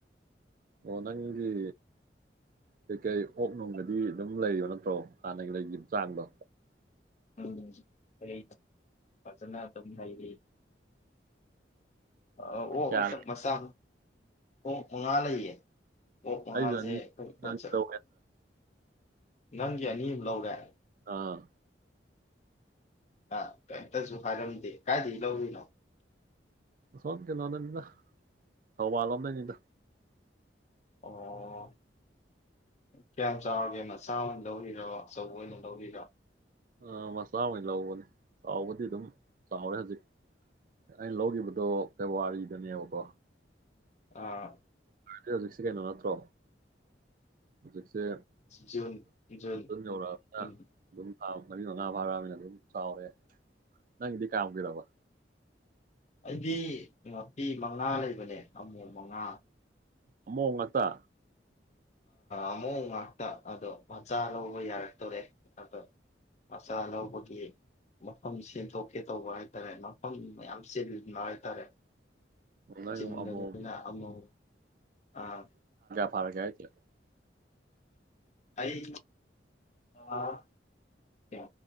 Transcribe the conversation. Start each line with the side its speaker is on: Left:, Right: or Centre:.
Right: ꯑꯣ ꯅꯪꯒꯤ ꯀꯩꯀꯩ ꯑꯣꯛ ꯅꯨꯡꯒꯗꯤ ꯑꯗꯨꯝ ꯂꯩꯔꯣ ꯅꯠꯇ꯭ꯔꯣ ꯍꯥꯟꯅꯒꯤ ꯂꯩꯒꯤꯈꯤꯕ ꯆꯥꯡꯗꯣ
Left: ꯎꯝ ꯍ ꯐꯖꯅ ꯑꯗꯨꯝ ꯂꯩꯔꯤ ꯑ ꯑꯣ
Right: ꯀꯌꯥ
Left: ꯃꯁꯥ ꯑꯣ ꯃꯉꯥ ꯂꯩꯌꯦ ꯑꯣꯛ ꯃꯉꯥꯁꯦ
Right: ꯑꯩꯖꯅꯤ
Left: ꯑꯩꯈꯣꯏ ꯃꯆꯥ
Right: ꯇ
Left: ꯅꯪꯒꯤ ꯑꯅꯤ ꯑꯃ ꯂꯧꯔꯦ
Right: ꯑꯥ
Left: ꯍ ꯀꯩꯝꯇꯁꯨ ꯐꯥꯏꯔꯝꯗꯦ ꯀꯥꯏꯗꯒꯤ ꯂꯧꯗꯣꯏꯅꯣ
Right: ꯁ ꯀꯅꯅꯅꯤ ꯍꯋꯥ ꯂꯣꯅꯅꯤꯗ
Left: ꯑꯣ ꯀꯌꯥꯝ ꯆꯥꯎꯒꯦ ꯃꯆꯥ ꯑꯣꯏꯅ ꯂꯧꯔꯤꯔꯣ ꯑꯆꯧꯕ ꯑꯣꯏꯅ ꯂꯧꯔꯤꯔꯣ
Right: ꯑ ꯃꯆꯥ ꯍ ꯂꯧꯕꯅꯦ ꯆꯥꯎꯕꯗꯤ ꯑꯗꯨꯝ ꯆꯥꯎꯔꯦ ꯍꯧꯖꯤꯛ ꯑꯩꯅ ꯂꯧꯈꯤꯕꯗꯣ ꯐꯦꯕꯋꯥꯔꯤꯗꯅꯦꯕ ꯋꯥ
Left: ꯑꯥ
Right: ꯍꯧꯖꯤꯛꯁꯦ ꯀꯩꯅꯣ ꯅꯠꯇ꯭ꯔꯣ ꯍꯧꯖꯤ
Left: ꯖꯨꯟ ꯖꯨꯟ
Right: ꯃ ꯂꯥꯛꯑ
Left: ꯎꯝ
Right: ꯑꯗꯨ ꯃꯔꯤ ꯃꯉꯥ ꯐꯥꯔꯃꯤꯅ ꯑꯗꯨꯝ ꯆꯥꯎꯔꯦ ꯅꯪꯒꯤꯗꯤ ꯀꯝꯒꯔꯕꯕ
Left: ꯑꯗꯨꯗꯤ ꯐꯤ ꯃꯉꯥ ꯂꯩꯕꯅꯦ ꯑꯃꯣ ꯃꯉꯥ
Right: ꯑꯝꯃꯣꯝ ꯉꯥꯛꯇ
Left: ꯑꯃꯨꯛ ꯉꯥꯛꯇ ꯑꯗꯣ ꯃꯆꯥ ꯂꯧꯕ ꯌꯥꯔꯛꯇꯣꯔꯦ ꯑꯗꯣ ꯃꯆꯥ ꯂꯧꯕꯒꯤ ꯃꯐꯝ ꯁꯦꯝꯇꯣꯛ ꯁꯦꯝꯦ ꯇꯧꯕ ꯍꯥꯏ ꯇꯔꯦ ꯃꯐꯝ ꯃꯌꯥꯝ ꯆꯕ ꯍꯥꯏ ꯇꯔꯦ
Right: ꯑꯣ, ꯅꯪ
Left: ꯆꯤꯟꯗꯅ
Right: ꯑꯃꯣꯝ
Left: ꯑꯃꯕꯨ ꯑꯥ
Right: ꯐꯔꯒꯦ ꯊ
Left: ꯑꯩ ꯀ